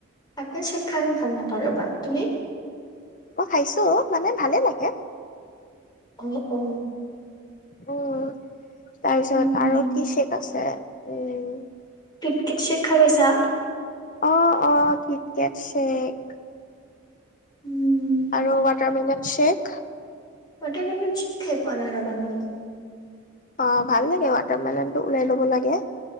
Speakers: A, on the left; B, on the left.
A: এপেল স্বেক খাই মই ভাল নাপাওঁ ৰবা তুমি
B: মই খাইছো মানে ভালে লাগে
A: অ অ
B: অ তাৰ পিছত
A: উম
B: আৰু কি শেক আছে উম
A: কিত কিত শেক খাই পাইছা
B: অ অ কিতকেট শেক
A: উম
B: আৰু watermelon shake
A: watermelon shake খাই পোৱা নাই ৰবা মান
B: অ ভাল লাগে ৱাটাৰ মেলন টো ওলাই লব লাগে